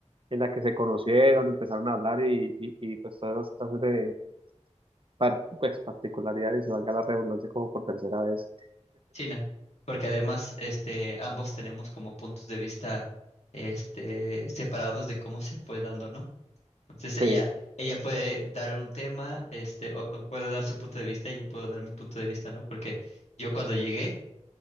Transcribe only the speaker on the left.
sí, no. Porque además, este, ambos tenemos como puntos de vista, este, separados de cómo se fue dando, ¿no? Entonces ella,
ella puede dar un tema, este, o, o puede dar su punto de vista y yo puedo dar mi punto de vista, ¿no? Porque yo cuando llegué,